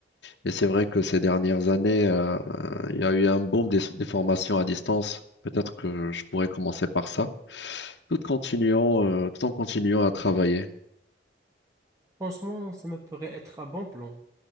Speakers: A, on the left (about 70°); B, on the right (about 20°).
A: Et c'est vrai que ces dernières années, euh, il y a eu un boom des, des formations à distance. Peut-être que je pourrais commencer par ça, tout, continuant, euh, tout en continuant à travailler.
B: Franchement, ça me pourrait être un bon plan.